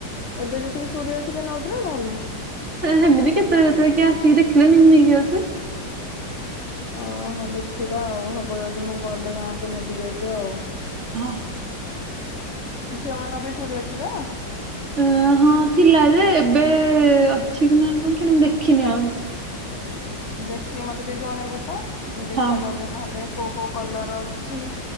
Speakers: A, on the left; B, on the right.
A: ଏବେ ଚୁଡି ଅଛି କି ନଉଛି ନା ନଉନି
B: ହେମିତି କେତେଟା କେତେବେଳେ କିଏ ଆସିକି ଦେଖିଲେନ ନେଇକି ଯଉଛି।
A: ଓହୋ ଦେଖିବା ଆଉ ହବ ଯଦି ମୁଁ ଗଲେ ଗାଁକୁ ନେବି ଯାଇକି ଆଉ
B: ହଁ ହ
A: ଝିଅ ମାନ ବି ଚୁଡି ଅଛି ତ
B: ଅ ହଁ ଥିଲା ଯେ ଏବେ ଅଛି କି ନାଇଁ କଣ କି ମୁଁ ଦେଖିନି ଆଉ
A: ଦେଖିକି ମତେ ଟିକେ ଜଣେଇବୁ ତ ଦେଖିବାକୁ
B: ହଁ।
A: ଗଲେ ନହେଲେ କୋଉ କୋଉ କଲର ଅଛି